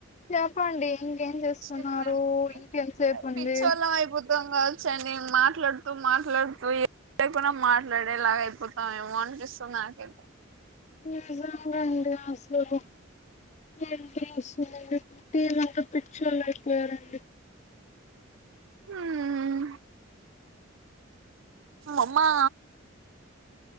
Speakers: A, on the left; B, on the right.
A: చెప్పండి ఇంకేం చేస్తున్నారు
B: చెప్పండి
A: ఇంకెంతసేపు ఉంది
B: పిచ్చ వాళ్ళం అయిపోతాం కాదు చ్చ న మాట్లాడుతూ మాట్లాడుతూ ఏ లేకున్నా మాట్లాడేలాగ అయిపోతామ ఏమో అనిపిస్తుా నాకైతే
A: నిజంగాండి అసలు ఏం చేస్తున్నారు టీం అంత పిచ్చోళ్ళు అయిపోయారండి
B: హ్మ్ అమ్మా